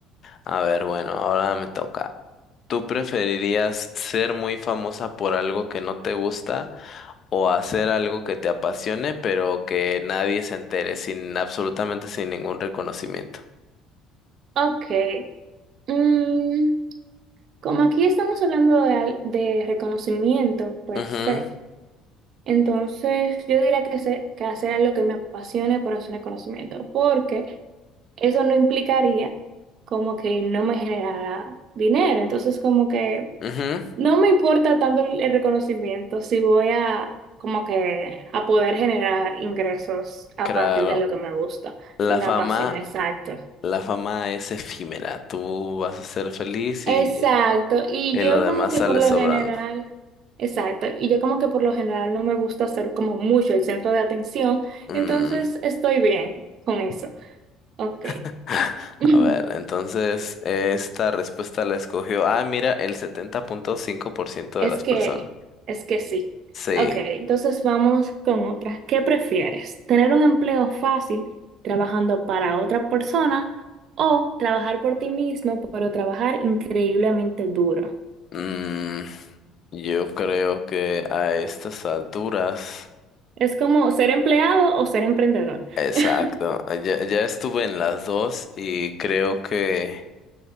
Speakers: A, on the left; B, on the right.
A: A ver, bueno, ahora me toca. ¿Tú preferirías ser muy famosa por algo que no te gusta o hacer algo que te apasione pero que nadie se entere sin absolutamente sin ningún reconocimiento?
B: Ok. mm, como aquí estamos hablando de, al- de reconocimiento per
A: Ujú,
B: se, entonces yo diría que, se, que hacer lo que me apasione por hacer reconocimiento, porque eso no implicaría como que no me generara dinero. Entonces, como que
A: ujú,
B: no me importa tanto el el reconocimiento si voy a como que a poder generar ingresos a
A: claro.
B: partir de lo que me gusta
A: La
B: y me
A: fama,
B: apasiona, exacto.
A: la fama es efímera. Tú vas a ser feliz
B: Exacto,
A: y,
B: y
A: y
B: yo
A: lo demás
B: como que
A: sale
B: por lo
A: sobrando.
B: general, exacto, y yo como que por lo general no me gusta ser como mucho el centro de atención,
A: Mm,
B: entonces estoy bien con eso. Ok.
A: <laughs>
B: <laughs>
A: a ver, entonces esta respuesta la escogió. Ah, mira, el setenta punto cinco por ciento
B: Es
A: de las
B: que,
A: personas.
B: es que sí.
A: Sí,
B: Ok, entonces vamos con otra. ¿Qué prefieres? ¿Tener un empleo fácil trabajando para otra persona o trabajar por ti mismo, pero trabajar increíblemente duro?
A: mm, yo creo que a estas alturas,
B: Es como ser empleado o ser emprendedor.
A: exacto,
B: <laughs> <clears throat>
A: ya, ya estuve en las dos y creo que,